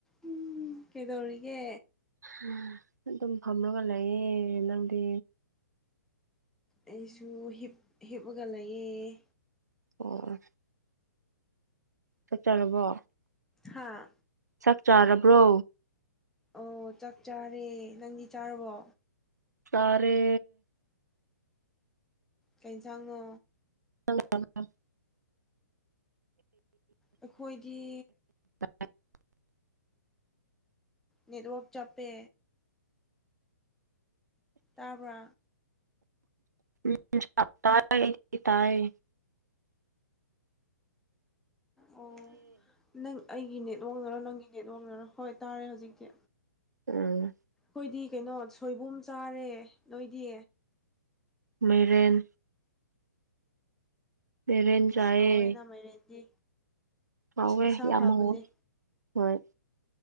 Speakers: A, in the centre; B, on the right.
A: ꯎꯝ ꯀꯩꯗꯧꯔꯤꯒꯦ
B: ꯎꯝ ꯑꯗꯨꯝ ꯐꯝꯃꯒ ꯂꯩꯌꯦ ꯅꯪꯗꯤ
A: ꯑꯩꯁꯨ ꯍꯤꯞꯄꯒ ꯂꯩꯑ
B: ꯑꯣ ꯆꯠꯇꯔꯕꯣ
A: ꯍꯥꯥ
B: ꯆꯥꯛ ꯆꯥꯔꯕ꯭ꯔꯣ
A: ꯑꯣ ꯆꯥꯛ ꯆꯥꯔꯦ ꯅꯪꯗꯤ ꯆꯥꯔꯕꯣ
B: ꯇꯔꯦ
A: ꯀꯩꯁꯥꯡꯉꯣ
B: ꯍ
A: ꯑꯩꯈꯣꯏꯗꯤ
B: <unintelligible>
A: ꯅꯦꯠꯋꯔꯛ ꯆꯥꯞꯄꯦ ꯇꯥꯄ
B: ꯎ ꯇ ꯇꯌꯦ
A: ꯑꯣ ꯅ ꯑꯩꯒꯤ ꯅꯦꯠ ꯂꯣꯡꯉꯔꯣ ꯅꯪꯒꯤ ꯅꯦꯠ ꯂꯣꯡꯉꯔꯣ ꯍꯣꯏ ꯇꯥꯔꯦ ꯍꯧꯖꯤꯛꯇꯤ
B: ꯎꯝ
A: ꯅꯣꯏꯗꯤ ꯀꯩꯅꯣ ꯁꯣꯏꯕꯨꯝ ꯆꯥꯔꯦ ꯅꯣꯏꯗꯤ
B: ꯃꯩꯔꯦꯟ ꯃꯩꯔꯦꯟ ꯆꯥꯏꯌꯦ
A: ꯁꯥꯎꯔꯦꯅꯥ ꯃꯥꯏꯔꯦꯟꯗꯤ
B: ꯍꯥꯎꯋꯦ
A: ꯏꯁꯥ
B: ꯌꯥꯝ
A: ꯐꯕꯅꯦ
B: ꯍꯋꯦ ꯍꯣꯏ